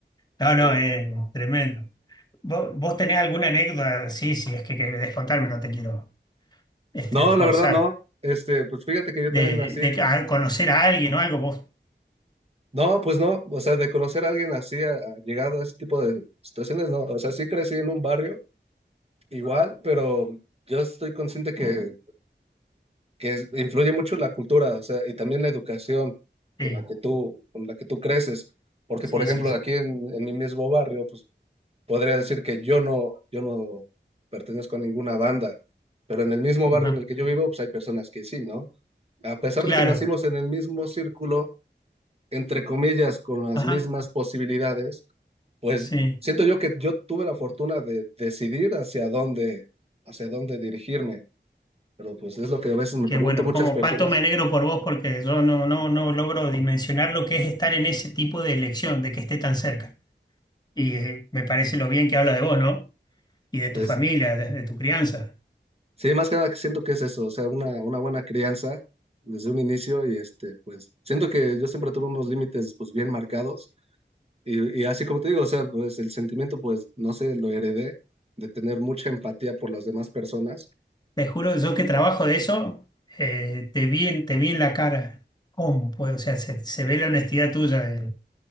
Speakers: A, on the left (about 20°); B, on the right (about 35°).
A: No,
B: sí.
A: no, es tremendo. ¿Vos, vos tenés alguna anécdota? Sí, sí, es que querés contarme, no te quiero este,
B: No,
A: forzar.
B: la verdad no. Este, pues fíjate que yo
A: De,
B: también así.
A: de a- conocer a alguien o algo, vos.
B: No, pues no, o sea, de conocer a alguien así, ha llegado a este tipo de situaciones, no. O sea, sí crecí en un barrio igual, pero yo estoy consciente que, que es- influye mucho la cultura, o sea, y también la educación
A: Sí,
B: con la que tú, con la que tú creces. Porque,
A: sí,
B: por ejemplo,
A: sí, sí.
B: aquí en, en mi mismo barrio, pues podría decir que yo no, yo no pertenezco a ninguna banda, pero en el mismo barrio
A: Ajá,
B: en el que yo vivo, pues hay personas que sí, ¿no? a pesar
A: claro.
B: de que nacimos en el mismo círculo, entre comillas, con las
A: Ajá,
B: mismas posibilidades, pues
A: sí.
B: siento yo que yo tuve la fortuna de decidir hacia dónde, hacia dónde dirigirme. Pero pues es lo que a veces me
A: Que
B: pregunto
A: bueno,
B: muchas
A: como
B: personas.
A: cuánto me alegro por vos porque yo no, no, no logro dimensionar lo que es estar en ese tipo de elección, de que esté tan cerca. Y eh, me parece lo bien que habla de vos, ¿no? Y de tu
B: Es,
A: familia, de, de tu crianza.
B: sí, más que nada que siento que es eso, o sea, una, una buena crianza desde un inicio y este, pues siento que yo siempre tuve unos límites pues bien marcados y, y así como te digo, o sea, pues el sentimiento pues no sé, lo heredé de tener mucha empatía por las demás personas.
A: Te juro, yo que trabajo de eso, eh, te vi en, te vi en la cara. ¿Cómo puedo? O sea, se, se ve la honestidad tuya de,